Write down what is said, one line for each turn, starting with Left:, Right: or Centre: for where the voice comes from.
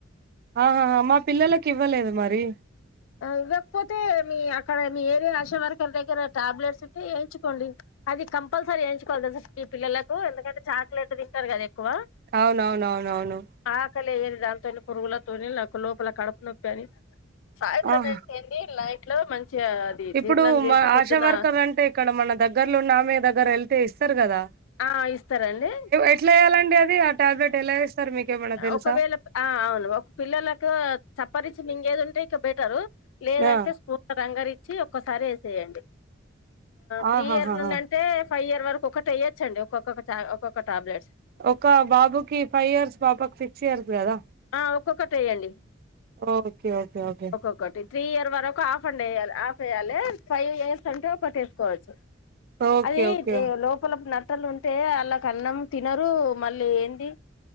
Right: ఆహా హా మా పిల్లలకు ఇవ్వలేదు మరి.
Left: ఇవ్వకపోతే మీ అక్కడ మీ ఏరియా అశ వర్కర్ దగ్గర టాబ్లెట్స్ ఉంటె వేయించుకోండి. అది కంపల్సరీ వేయించుకోవాలి తెలుసా ఈ పిల్లలకు ఎందుకంటే చాక్లెట్ తింటారు కదా ఎక్కువ.
Right: అవునవునవునవును.
Left: ఆకలియది దానింతోని పురుగులతోని నాకు లోపల కడుపు నొప్పి అని. సాయంత్రం
Right: ఆహా
Left: వేస్తేంది లైట్లో మంచిగా. అది
Right: ఇప్పుడు
Left: జీర్ణం చేసి
Right: మ
Left: పొద్దున
Right: ఆశా వర్కర్లు అంటే ఇక్కడ మన దగ్గర్లోన్న ఆమె దగ్గర వెళ్తే ఇస్తారు కదా.
Left: ఆ ఇస్తారాండి.
Right: ఎట్లయ్యాలండి అది ఆ ట్యాబ్లెట్ ఎలా వేస్తారు మీకేమన్నా తెలుసా.
Left: ఒకవేళ ఆ అవును ఒక పిల్లలకు చప్పరిచి మింగేది ఉంటే ఇంకా బెటరు లేదంటే
Right: ఆ
Left: స్పూన్. రంగరిచ్చి ఒక్కసారి వేసేయండి త్రీ
Right: ఆహాహాహా
Left: ఇయర్ నుండి అంటే. టె ఫైవ్ ఇయర్ వరకు ఒకటి ఎయొచ్చండి ఒక్కొక్క ఒక్కొక్క టాబ్లెట్స్.
Right: ఒక బాబుకిి ఫైవ్ ఇయర్స్ పాపకి సిక్స్ ఇయర్ కదా.
Left: ఆ ఒక్కొక్కటి యెయ్యండి
Right: ఓకే ఓకే ఓకే
Left: ఒక్కొక్కటి. త్రీ ఇయర్ వరకు హాఫ్ అండ్యాలి హాఫ్ వయ్యాలి ఫైవ్ ఇయర్స్ అంటే ఒకటిేసుకోవచ్చు
Right: ఓకే
Left: అది
Right: ఓకే
Left: ఏ లోపలపున టల్ ఉంటే అలాకన్నం తినరు మళ్ళీ ఏంది